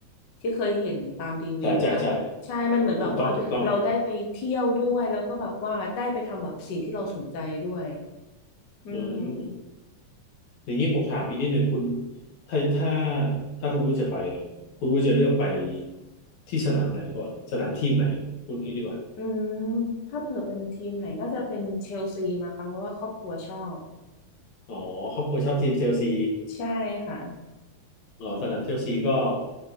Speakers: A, on the left; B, on the left.
A: ที่เคยเห็นตามรีวิวนะคะใช่มันเหมือนแบบว่าเราได้ไปเที่ยวด้วยแล้วก็แบบว่าได้ไปทำแบบสิ่งที่เราสนใจด้วย
B: ใช่ใช่ใช่ถูกต้องถูกต้อง
A: อืม
B: อืม อย่างนี้ผมถามอีกนิดหนึ่งคุณถ้าถ้าถ้าคุณอุ้ยจะไปเนี่ยคุณอุ้ยจะเลือกไปที่สนามไหนก่อนสนามทีมไหนคุณนี้ดีกว่า
A: อืมถ้าเผื่อเป็นทีมไหนน่าจะเป็นเชลซีมาค่ะเพราะว่าครอบครัวชอบ
B: อ๋อครอบครัวชอบทีมเชลซี
A: ใช่ค่ะ
B: อ๋อสนามเชลซีก็